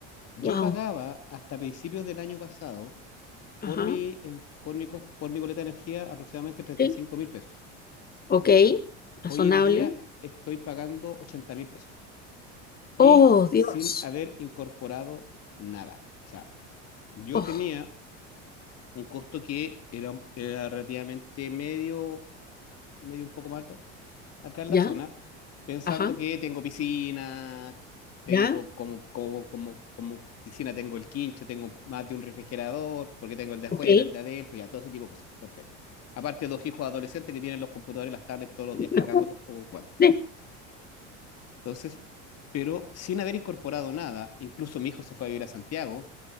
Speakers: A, on the left; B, on the left.
A: Yo
B: Wow.
A: pagaba hasta principios del año pasado
B: Ajá.
A: por mi, en- por mi, cos- por mi boleta de energía aproximadamente 35
B: Sí.
A: mil pesos.
B: Ok. Razonable.
A: Hoy en día estoy pagando 80 mil pesos. y
B: Oh, Dios.
A: sin haber incorporado nada. O sea, yo
B: Oh,
A: tenía un costo que era, era relativamente medio, medio un poco más alto acá en
B: ya.
A: la zona, pensando
B: Ajá.
A: que tengo piscina, tengo
B: Ya.
A: como, como, como, como piscina, tengo el quincho, tengo más de un refrigerador, porque tengo el de afuera,
B: Ok.
A: el de adentro, ya, todo ese tipo de cosas. Perfecto. Aparte, dos hijos adolescentes que tienen los computadores y las tablets todos los
B: <laughs>
A: días cargando o jugando.
B: Sí.
A: Ya. Entonces, pero sin haber incorporado nada, incluso mi hijo se fue a vivir a Santiago,